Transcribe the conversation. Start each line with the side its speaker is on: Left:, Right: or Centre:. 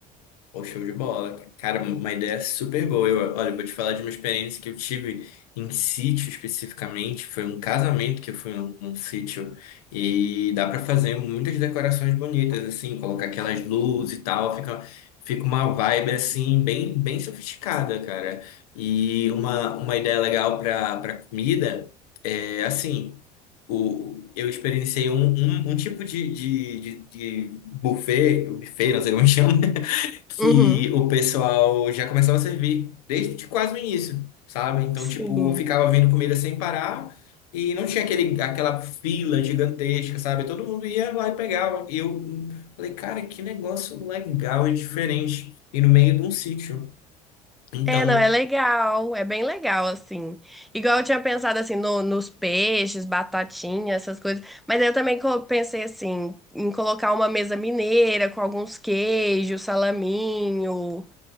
Left: Pô, show de bola. Cara, uma ideia super boa. Eu, olha, eu vou te falar de uma experiência que eu tive em sítio especificamente. Foi um casamento que eu fui num, num sítio. E dá pra fazer muitas decorações bonitas, assim, colocar aquelas luzes e tal. Fica, fica uma vibe, assim, bem, bem sofisticada, cara. E uma, uma ideia legal pra, pra comida é, assim, o, eu experienciei um, um, um tipo de, de, de, de buffet, buffet, não sei como <laughs> chama que
Centre: Uhum.
Left: o pessoal já começava a servir desde quase o início, sabe? Então,
Centre: Sim.
Left: tipo, ficava vindo comida sem parar e não tinha aquele, aquela fila gigantesca, sabe? Todo mundo ia lá e pegava. E eu hum, falei, cara, que negócio legal e diferente. E no meio de um sítio. Então,
Centre: É, não, é legal, é bem legal, assim. Igual eu tinha pensado, assim, no- nos peixes, batatinha, essas coisas. Mas aí eu também co- pensei, assim, em colocar uma mesa mineira com alguns queijos, salaminho,